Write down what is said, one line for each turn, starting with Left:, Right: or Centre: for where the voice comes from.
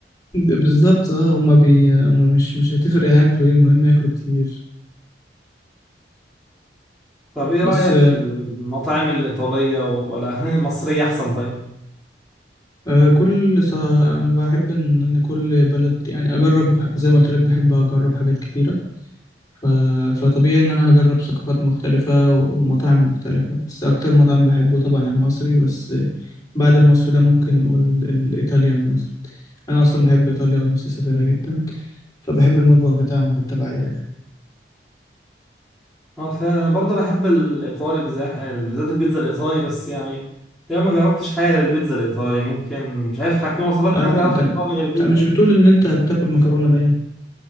Left: ده بالظبط اه هما بي هما مش مش هتفرق هياكلوا ايه المهم ياكلوا كتير
Centre: طب إيه
Left: بس
Centre: رأيك في المطاعم الإيطالية ولا هن- المصرية أحسن طيب؟
Left: آه كل صه... بحب ان ان كل بلد يعني اجرب زي ما قلت لك بحب اجرب حاجات كتيرة ف... فطبيعي إن أنا هجرب ثقافات مختلفة و- ومطاعم مختلفة بس أكتر مطعم بحبه طبعا المصري بس بعد المصري ده ممكن نقول الإيطاليان مثلا أنا أصلا بحب إيطاليا ونفسي أسافرها جدا فبحب المطبخ بتاعهم بالتبعية يعني
Centre: اه فعلا أنا برضه بحب الإيطالي بالذات بالذات البيتزا الإيطالي بس يعني تقريبا ما جربتش حاجة غير البيتزا الإيطالي ممكن مش عارف في وصفات
Left: أب...
Centre: تانية تعرفها
Left: أنت أنت
Centre: إيطالي غير البيتزا؟
Left: مش بتقول إن أنت بتاكل مكرونة باينة